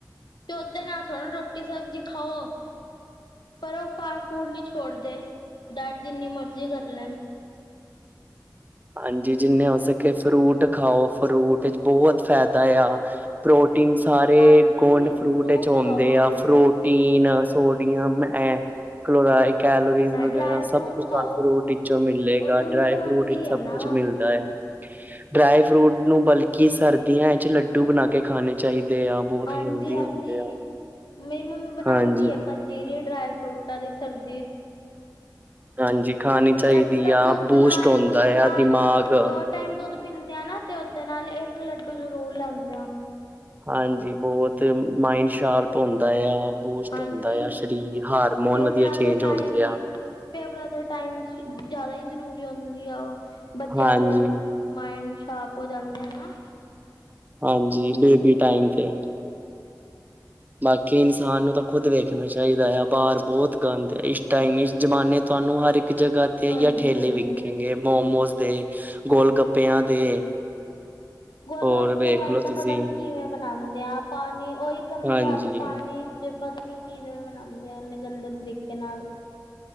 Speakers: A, on the left (about 80°); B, on the right (about 25°).
A: ਤੇ ਉਦੇ ਨਾਲ ਥੋ੍ੜਾ ਰੋਟੀ ਸਬਜ਼ੀ ਖਾਓ ਪਰ ਉਹ ਫਲ ਫੂਡ ਨਹੀਂ ਛੋੜਦੇ ਡਾਇਟ ਜਿੰਨੀ ਮਰਜ਼ੀ ਕਰ ਲੈਣ
B: ਹਾਂਜੀ ਜਿੰਨੇ ਹੋ ਸਕੇ ਫਰੂਟ ਖਾਓ ਫਰੂਟ ਚ ਬਹੁਤ ਫਾਇਦਾ ਆ ਪ੍ਰੋਟੀਨ ਸਾਰੇ
A: ਹਾਂਜੀ
B: ਏ ਕੋਣ ਫਰੂਟ
A: ਫਰੂਟਸ
B: ਚ ਹੁੰਦੇ
A: ਖਾਓ
B: ਆ ਫਰੂਟ ਟੀਨ ਸੋਡੀਅਮ ਐ ਕਲੋਰਾ ਕੈਲੋਰੀਜ਼ ਵਗੈਰਾ
A: ਡਰਾਈ
B: ਸਭ
A: ਫਰੂਟ
B: ਕੁਛ
A: ਖਾਓ
B: ਤੁਹਾਨੂੰ ਫਰੂਟ ਇਚੋਂ ਮਿਲੇਗਾ
A: ਉਹਦੇ ਵਿੱਚ
B: ਡਰਾਈ
A: ਤਾਂ
B: ਫਰੂਟ
A: ਹੁੰਦੀ
B: ਈ ਸਭ
A: ਹੈ ਨਾ
B: ਕੁਛ ਮਿਲ ਡਾਇ ਆ ਡਰਾਈ ਫਰੂਟ ਨੂੰ ਬਲਕਿ ਸਰਦੀਆਂ ਚ ਲੱਡੂ ਬਣਾ ਕੇ ਖਾਣੇ ਚਾਹੀਦੇ ਆ ਬਹੁਤ
A: ਹਾਂਜੀ
B: ਹੈਲਦੀ
A: ਹਾਂਜੀ
B: ਹੁੰਦੇ ਆ।
A: ਮੇਈ ਮੰਮੀ ਬਣਾਦੀ
B: ਹਾਂਜੀ,
A: ਆ ਪੰਜ ਜੀਰੇ ਡਰਾਏ ਫਰੂਟਾਂ ਦੀ ਸਰਦੀ ਚ
B: ਹਾਂਜੀ ਖਾਣੀ ਚਾਹੀਦੀ
A: ਤੇ ਅਸੀਂ ਤੇ
B: ਆ
A: ਦੁੱਧ
B: ਬੂਸਟ
A: ਨਾਲ
B: ਹੁੰਦਾ
A: ਦੁੱਧ ਨਾਲ
B: ਆ ਦਿਮਾਗ
A: ਦੋ ਟਾਈਮ ਦੁੱਧ ਪੀਂਦੇ ਆ ਨਾ ਤੇ ਓਦੇ ਨਾਲ ਇੱਕ ਲੱਡੂ ਜ਼ਰੂਰ ਲੈਂਦੇ ਆ
B: ਹਾਂਜੀ ਬਹੁਤ ਮਾਇੰਡ ਸ਼ਾਰਪ ਹੁੰਦਾ ਆ ਬੂਸਟ
A: ਹਾਂਜੀ
B: ਹੁੰਦਾ ਆ ਸਰੀਰ ਹਾਰਮੋਨ
A: ਪੇਪਰਾਂ
B: ਵਧੀਆ ਚੇਂਜ
A: ਦੇ ਟਾਈਮ
B: ਹੁੰਦੇ
A: ਹੀ
B: ਆ
A: ਪੇਪਰਾਂ ਦੇ ਟਾਈਮ ਚ ਜ਼ਿਆਦਾ ਈ ਜ਼ਰੂਰੀ ਹੁੰਦੀ ਆ ਉਹ ਬੱਚਿਆਂ
B: ਹਾਂਜੀ,
A: ਦੇਏ ਮਾਇੰਡ ਸ਼ਾਪ ਹੋ ਜਾਂਦੇ ਆ ਨਾ
B: ਹਾਂਜੀ ਬੇਬੀ ਟਾਈਮ ਤੇ ਐ ਬਾਕੀ ਈਨਸਾਨ ਨੂੰ ਤਾਂ ਖੁੱਦ ਵੇਖਣਾ ਚਾਹੀਦਾ ਆ ਬਾਜ ਬਹੁਤ ਗੰਦ ਆ ਇਸ ਟਾਈਮ ਜਮਾਨੇ ਤੁਹਾਨੂੰ ਹਰ ਇੱਕ ਜਗ੍ਹਾ ਤੇ
A: ਹਾਂਜੀ
B: ਠੇਲੇ
A: ਹਾਂਜੀ
B: ਵੇਖੇ ਗੇ ਮੋਮੋਜ ਦੇ ਗੋਲ ਗੱਪਿਆਂ ਦੇ
A: ਗੋਲ
B: ਹੋਰ
A: ਗੱਪੇ
B: ਵੇਖਲੋ
A: ਵਾਲੇ ਤਾਂ
B: ਤੁਸੀਂ
A: ਪਤਾ ਨੀ ਕਿਵੇਂ ਬਣਾਦੇ ਆ ਪਾਣੀ ਉਹੀ ਗੰਦੇ
B: ਹਾਂਜੀ
A: ਹੱਥ ਪਾਣੀ ਤੇ ਪਤਾ ਨੀ ਕੀਰਰ ਬਣਾਉਂਦੇ ਹਨ ਗੰਦੇ ਤਰੀਕੇ ਨਾਲ ਤੇ